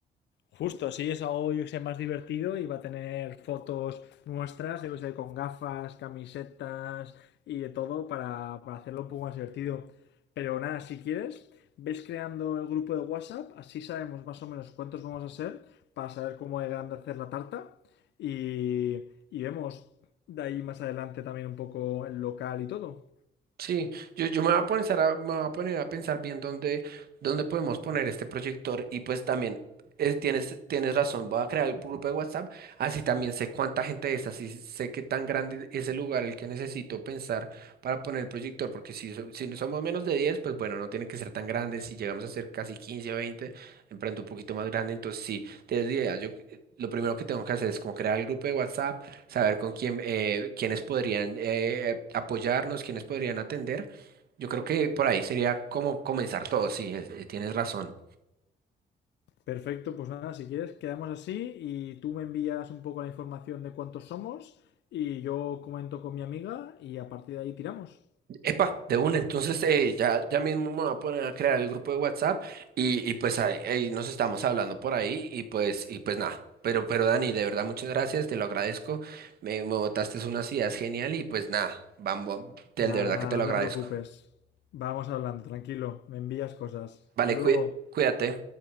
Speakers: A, on the left; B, on the right.
A: Justo, así es algo yo que sea más divertido y va a tener fotos nuestras, yo que sé, con gafas, camisetas y de todo para, para hacerlo un poco más divertido. Pero nada, si quieres, ves creando el grupo de WhatsApp, así sabemos más o menos cuántos vamos a ser para saber cómo de grande hacer la tarta y, y vemos de ahí más adelante también un poco el local y todo.
B: Sí, yo, yo me voy a poner a, me voy a poner a pensar bien dónde, dónde podemos poner este proyector y pues también es- tienes, tienes razón, voy a crear el grupo de WhatsApp, así también sé cuánta gente es, así sé qué tan grande es el lugar el que necesito pensar para poner el proyector, porque si, so- si no somos menos de 10 pues bueno, no tiene que ser tan grande, si llegamos a ser casi 15 o 20 en pronto un poquito más grande, entonces sí, tienes idea, yo eh, lo primero que tengo que hacer es como crear el grupo de WhatsApp, saber con quién, eh, quiénes podrían eh, apoyarnos, quiénes podrían atender. Yo creo que por ahí sería como comenzar todo, sí, es- eh, tienes razón.
A: Perfecto, pues nada, si quieres, quedamos así y tú me envías un poco la información de cuántos somos y yo comento con mi amiga y a partir de ahí tiramos.
B: Epa, de una, entonces eh, ya, ya mismo me voy a poner a crear el grupo de WhatsApp y, y pues ahí, ahí nos estamos hablando por ahí y pues, y pues nada. Pero, pero Dani, de verdad, muchas gracias, te lo agradezco. Me, me botaste unas ideas genial y pues nada, vamos, te- de
A: Nada,
B: verdad
A: nada,
B: que te
A: no
B: lo agradezco.
A: te preocupes. Vamos hablando, tranquilo, me envías cosas. Hasta
B: Vale,
A: luego.
B: cuí- cuídate.